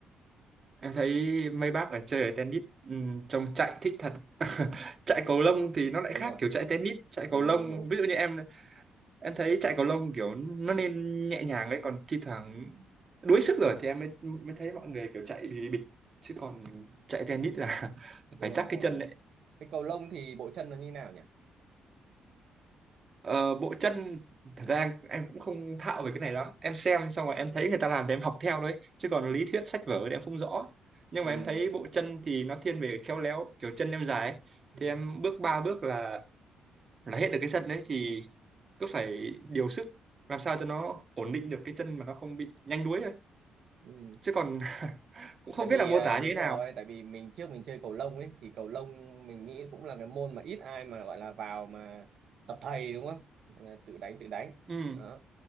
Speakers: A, on the right (about 35°); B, on the right (about 60°).
A: Em thấy mấy bác ở chơi ở tennis ừ, trông chạy thích thật. <laughs> Chạy cầu lông thì nó lại
B: đúng
A: khác
B: rồi
A: kiểu chạy tennis, chạy
B: đúng
A: cầu lông
B: đúng đúng
A: ví dụ như em em thấy chạy cầu lông kiểu nó nên nhẹ nhàng đấy còn thi thoảng đuối sức rồi thì em mới mới thấy mọi người kiểu chạy thì bịch chứ còn chạy tennis là <laughs>
B: đúng
A: phải
B: rồi
A: chắc
B: đúng
A: cái
B: rồi
A: chân đấy
B: cái cầu lông thì bộ chân nó như nào nhỉ
A: ờ, bộ chân thật ra em, em cũng không thạo về cái này lắm em xem xong rồi em thấy người ta làm thì em học theo đấy chứ còn lý thuyết sách vở thì em không rõ nhưng
B: ừ.
A: mà em thấy bộ chân thì nó thiên về khéo léo kiểu chân em dài ấy.
B: Ừ.
A: thì em bước ba bước là là hết được cái sân đấy thì cứ phải điều sức làm sao cho nó ổn định được cái chân mà nó không bị nhanh đuối
B: Ừ.
A: chứ còn <laughs> cũng không
B: tại vì
A: biết là mô
B: à,
A: tả
B: đúng
A: như thế nào
B: rồi tại vì mình trước mình chơi cầu lông ấy thì cầu lông mình nghĩ cũng là cái môn mà ít ai mà gọi là vào mà tập thầy đúng không Là tự đánh tự đánh
A: Ừm,
B: đó